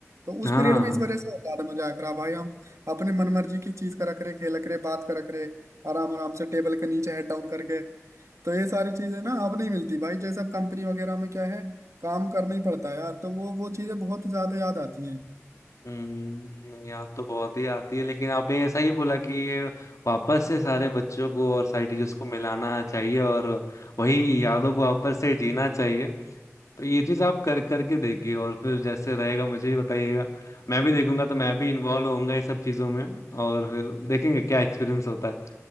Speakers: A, on the right (about 70°); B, on the left (about 80°).
A: तो
B: हाँ
A: उस पीरियड में इस वजह से और ज्यादा मजा आया करा भाई हम अपने मनमर्जी की चीज करा करे खेला करे बात करा करे आराम आराम से टेबल के नीचे हेड डाउन करके तो ये सारी चीजें ना अब नहीं मिलती भाई जैसे अब कंपनी वगैरह में क्या है काम करना ही पड़ता है यार तो वो वो चीजें बहुत ज्यादा याद आती हैं
B: हम्म याद तो बहुत ही आती है लेकिन आपने ऐसा ही बोला कि ये वापस से सारे बच्चों को और सारे टीचर्स को मिलाना चाहिए और वही यादों को वापस से जीना चाहिए तो ये चीज आप कर करके देखिए और फिर जैसे रहेगा मुझे भी बताइएगा मैं भी देखूंगा तो मैं भी इन्वॉल्व होऊंगा ये सब चीजों में और फिर देखेंगे क्या एक्सपीरियंस होता